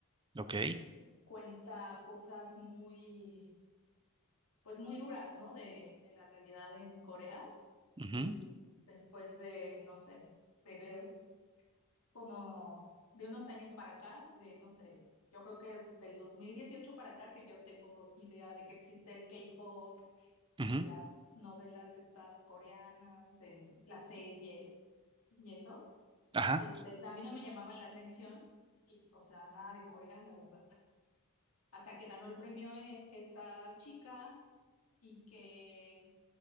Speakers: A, on the right (about 20°); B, on the left (about 80°).
A: Ok.
B: cuenta cosas muy, pues muy duras, ¿no? De, de la realidad en Corea
A: ujú,
B: y después de, no sé, de ver como de unos años para acá, de, no sé, yo creo que del 2018 para acá que yo tengo idea de que existe el K-pop
A: ujú,
B: y las novelas estas coreanas, en las series y eso
A: Ajá.
B: Este, a mí no me llamaban la atención, y, o sea, nada de Corea, la verdad. Hasta que ganó el premio eh, esta chica y que